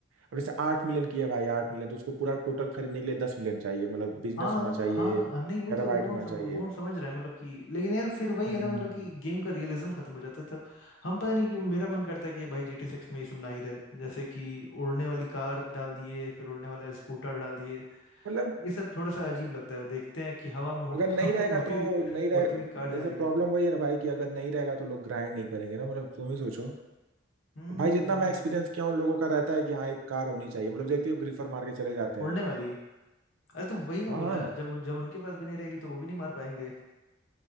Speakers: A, on the right (about 80°); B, on the left (about 75°).
A: अब जैसे आठ मिलियन किया भाई आठ मिलियन तो उसको पूरा टोटल खरीदने के लिए दस मिलियन चाहिए मतलब बिजनेस
B: हाँ
A: होना चाहिए
B: हाँ हाँ नहीं वो
A: टेराबाइट
B: तो वो
A: होना
B: हम सम,
A: चाहिए
B: वो हम समझ रहे हैं मतलब कि लेकिन यार फिर वही
A: हम्म
B: है ना मतलब कि गेम का रियलिज्म खत्म हो जाता है तो हम पता नहीं क्यों मेरा मन करता है कि भाई जी टी सिक्स में ये सब ना ही रहे जैसे कि उड़ने वाली कार डाल दिए फिर उड़ने वाला स्कूटर डाल दिए
A: मतलब
B: ये सब थोड़ा सा अजीब लगता है देखते हैं कि हवा में उड़ता
A: अगर नहीं
B: <laughs>
A: रहेगा
B: उड़ती
A: तो
B: हुई
A: नहीं रहेगा
B: उड़ती हुई कार
A: जैसे
B: जा रही है
A: प्रॉब्लम
B: तो
A: वही है ना भाई कि अगर नहीं रहेगा तो लोग ग्राइंड नहीं करेंगे ना मतलब तुम ही सोचो
B: हम्म
A: भाई जितना
B: ये भी
A: मैं एक्सपीरियंस
B: है
A: किया हूँ लोगों का रहता है कि हाँ एक कार होनी चाहिए मतलब देखते हो ग्रीफर मार के चले जाते
B: उड़ने
A: हैं
B: वाली अरे तो वही ना
A: हाँ
B: बोला
A: हाँ
B: जब उन- जब उनके पास भी नहीं रहेगी तो वो भी नहीं मार पाएंगे